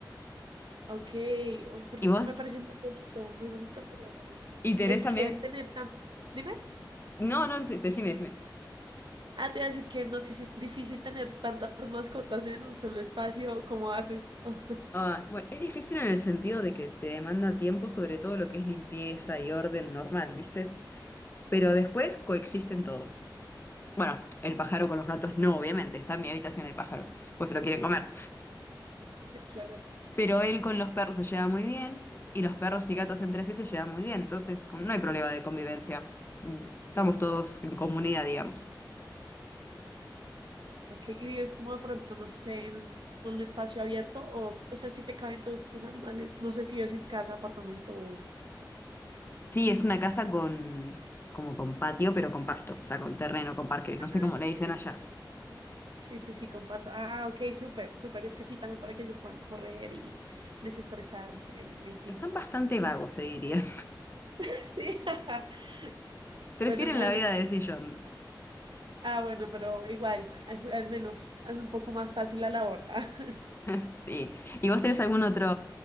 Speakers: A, on the right (about 80°); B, on the left (about 30°).
A: Ok, uy, porque
B: ¿Y vos?
A: me parece muy bonito, muy bonito.
B: ¿Y tenés
A: Es
B: también?
A: que tener tanto. Dime.
B: No, no, sí, decime, decime.
A: Ah, te voy a decir que no sé si es difícil tener tantas mascotas en un solo espacio, ¿cómo haces? <laughs>
B: Ah, bueno, es difícil en el sentido de que te demanda tiempo, sobre todo lo que es limpieza y orden normal, ¿viste? Pero después coexisten todos. Bueno, el pájaro con los gatos no, obviamente, está en mi habitación el pájaro, pues se lo quieren comer.
A: Claro.
B: Pero él con los perros se lleva muy bien y los perros y gatos entre sí se llevan muy bien, entonces como no hay problema de convivencia. Mm, Estamos todos en comunidad, digamos.
A: Ok, y vives como de pronto, no sé, en un espacio abierto, o, s- o sea, si te caben todos tus animales, no sé si vives en casa, apartamento o...
B: Sí, es una casa con, como con patio, pero con pasto, o sea, con terreno, con parque, no
A: Ah,
B: sé cómo
A: ok.
B: le dicen allá.
A: Sí, sí, sí, con pasto. Ah, ok, súper, súper. Es que sí, también para que ellos puedan correr y desestresarse, en fin.
B: Son bastante vagos, te diría.
A: <laughs> Sí. <laughs>
B: Prefieren
A: Bueno, al
B: la vida de sillón.
A: Ah, bueno, pero igual, al, al menos es un poco más fácil la labor. <laughs>
B: <laughs> Sí. ¿Y vos tenés algún otro,